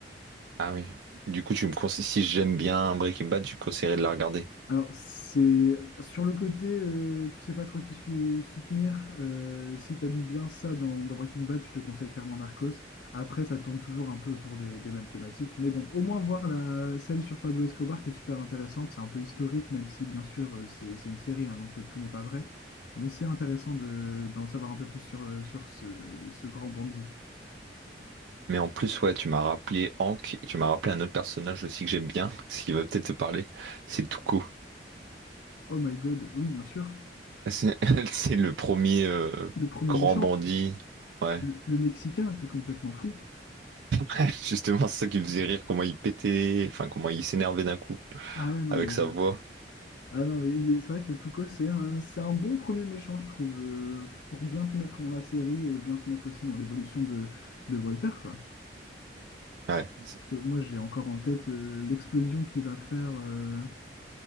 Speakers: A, on the right (about 75°); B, on the left (about 75°).
A: Ah oui. Du coup, tu me conseilles, si j'aime bien Breaking Bad, je conseillerais de la regarder.
B: Alors, c'est sur le côté, euh, tu sais pas trop qui su- soutenir. euh, si t'aimes bien ça dans, dans Breaking Bad, je te conseille clairement Narcos. Après, ça tourne toujours un peu autour des, des mêmes thématiques. Mais bon, au moins voir la, celle sur Pablo Escobar qui est super intéressante. C'est un peu historique, même si bien sûr euh, c'est c'est une série, hein, donc euh, tout n'est pas vrai. Mais c'est intéressant de, d'en savoir un peu plus sur, euh, sur ce, ce grand bandit.
A: Mais en plus, ouais, tu m'as rappelé Hank et tu m'as rappelé un autre personnage aussi que j'aime bien, <laughs> ce qui va peut-être te parler, c'est Tuco.
B: Oh my God, oui, bien sûr.
A: C'est <laughs> c'est le premier euh,
B: Le premier
A: grand
B: méchant,
A: bandit. Ouais,
B: le le Mexicain qui est complètement fou.
A: <laughs> justement, c'est ça qui me faisait rire, comment il pétait, enfin, comment il s'énervait d'un coup
B: Ah ouais, non,
A: avec
B: mais
A: sa voix.
B: Ah non, mais il- c'est vrai que Tuco, c'est un, c'est un bon premier méchant, je trouve, euh, pour bien te mettre dans la série et bien te mettre aussi dans l'évolution de, de Walter, quoi.
A: Ouais, C'est-
B: Parce que moi, j'ai encore en tête euh, l'explosion qu'il va faire, euh,